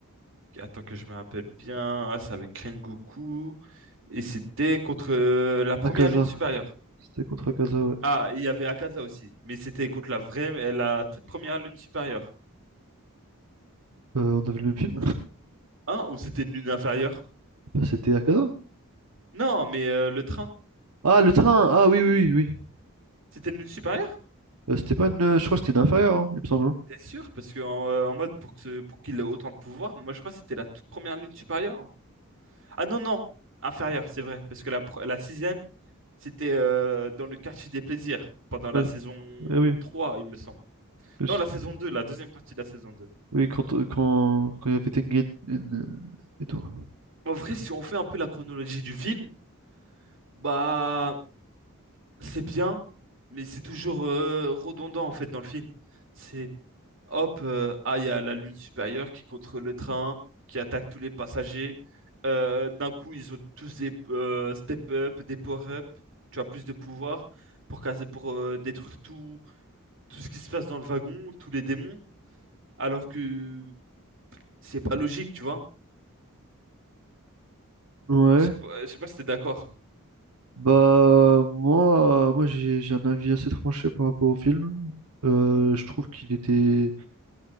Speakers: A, on the right (about 60°); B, on the right (about 85°).
A: Attends que je me rappelle bien. Ah, c'est avec Goku Et c'était contre euh, la première
B: La Casa.
A: lune supérieure.
B: C'était contre Akaza, ouais.
A: Ah, il y avait Akaza aussi, mais c'était contre la vraie, la toute première lune supérieure.
B: Euh, on avait le même film?
A: Ou, hein, ou c'était une lune inférieure?
B: Bah, c'était Akaza.
A: Non, mais euh, le train,
B: Ah, le train! Ah oui, oui, oui. oui.
A: c'était une lune supérieure?
B: Euh, c'était pas une. euh, Je crois que c'était une inférieure, hein, il me semble. hein.
A: T'es sûr? Parce que en, euh, en mode pour que ce- pour qu'il ait autant de pouvoir, moi je crois que c'était la toute première lune supérieure. hein. Ah non non, inférieure, c'est vrai, parce que la pro- la sixième, c'était euh, dans le quartier des plaisirs pendant la
B: Ouais,
A: saison
B: eh oui.
A: 3, il me semble.
B: Mais
A: Non,
B: c'était-
A: la saison 2, la deuxième partie de la saison 2.
B: Oui, quand, euh, quand, quand il y avait Tengen euh, et tout.
A: En vrai, si on fait un peu la chronologie du film, bah c'est bien, mais c'est toujours euh, redondant en fait dans le film. C'est hop, euh, ah, il y a la lune supérieure qui contrôle le train, qui attaque tous les passagers. Euh, d'un coup, ils ont tous des euh, step up, des power up. Tu as plus de pouvoir pour casser, pour euh, détruire tout, tout ce qui se passe dans le wagon, tous les démons. Alors que c'est pas logique, tu vois.
B: Ouais.
A: Je sais pas, je sais pas si t'es d'accord.
B: Bah, moi, moi j'ai j'ai un avis assez tranché par rapport au film. Euh, je trouve qu'il était